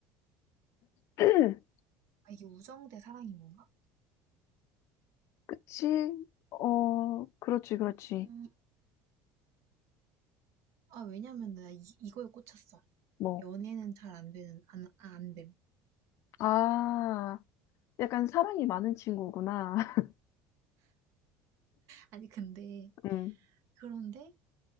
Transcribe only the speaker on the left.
<clears throat>
그치? 어, 그렇지, 그렇지.
뭐,
아, 약간 사랑이 많은 친구구나. <laughs>
응,